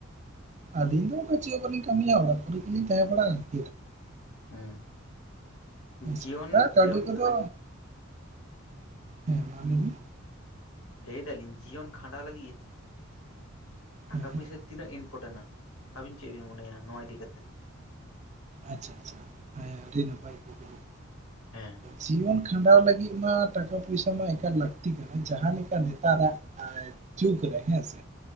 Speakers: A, on the right; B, on the left.
A: ᱟᱹᱞᱤᱧ ᱫᱚ ᱩᱱᱟᱹᱜ ᱪᱮᱜ ᱪᱮᱜ ᱦᱚᱸ ᱵᱟᱹᱞᱤᱧ ᱠᱟᱹᱢᱤᱭᱟ ᱚᱲᱟᱜ ᱠᱚᱨᱮ ᱜᱮᱞᱤᱧ ᱛᱟᱦᱮᱸ ᱵᱟᱲᱟᱜᱼᱟ ᱾
B: ᱦᱩᱸ
A: ᱦᱮᱸᱥᱮ
B: ᱡᱤᱭᱚᱱ
A: ᱚᱱᱠᱟ ᱠᱟᱹᱣᱰᱤ
B: ᱡᱤᱭᱚᱱ
A: ᱠᱚᱫᱚ
B: ᱠᱷᱟᱱᱼᱼ
A: ᱦᱮᱸ ᱢᱟ ᱞᱮᱵᱤᱱ
B: ᱞᱟᱹᱭ ᱮᱫᱟᱞᱤᱧ ᱡᱤᱭᱚᱱ ᱠᱷᱟᱸᱰᱟ ᱞᱟᱹᱜᱤᱫ ᱴᱟᱠᱟ
A: ᱦᱮᱸ
B: ᱯᱩᱭᱥᱟᱹᱼᱼ ᱛᱤᱱᱟᱹᱜ ᱤᱱᱯᱚᱴᱮᱱᱴᱼ ᱟ ᱟᱵᱤᱱ ᱪᱮᱜ ᱵᱤᱱ ᱢᱚᱱᱮᱭᱟ ᱱᱚᱣᱟ ᱤᱫᱤ ᱠᱟᱛᱮᱫ?
A: ᱟᱪᱪᱷᱟ ᱟᱪᱪᱷᱟ ᱦᱮᱸ ᱟᱹᱰᱤ ᱱᱟᱯᱟᱭ ᱠᱩᱠᱞᱤ,
B: ᱦᱮᱸ
A: ᱡᱤᱭᱚᱱ ᱠᱷᱟᱸᱰᱟᱣ ᱞᱟᱹᱜᱤᱜ ᱢᱟ ᱴᱟᱠᱟ ᱯᱚᱭᱥᱟ ᱢᱟ ᱮᱠᱟᱞ ᱞᱟᱹᱠᱛᱤ ᱠᱟᱱᱟ ᱡᱟᱸᱦᱟ ᱞᱮᱠᱟ ᱱᱮᱛᱟᱨᱟᱜ ᱼᱼ ᱡᱩᱠ ᱨᱮ ᱦᱮᱸ ᱥᱮ